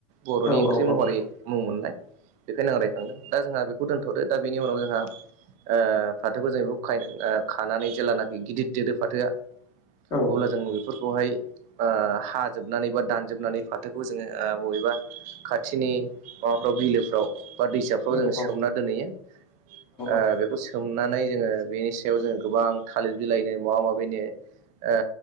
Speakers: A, on the right (about 40°); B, on the left (about 30°).
A: बर'नि
B: औ
A: ओंख्रि
B: औ
A: महरै मुं मोननाय। बेखायनो आं रायखांदों। दा जोंहा बेखौ दोन्थ'दो दा बेनि उनाव जोंहा ओ फाथोखौ जों खायो खानानै जेलानाखि गिदिर देरो फाथोआ
B: औ
A: अब्ला जोंङो बेफोरखौहाय ओ हाजोबनानै बा दानजोबनानै फाथोखौ जोंङो बबेबा खाथिनि माबाफ्राव बिलोफ्राव बा दैसाफ्राव
B: औ नंगौ
A: जोंङो सोमना दोनहैयो। ओ
B: औ
A: बेखौ सोमनानै जोंङो बेनि सायाव जोंङो गोबां थालिर बिलाइनो माबा माबिनो ओ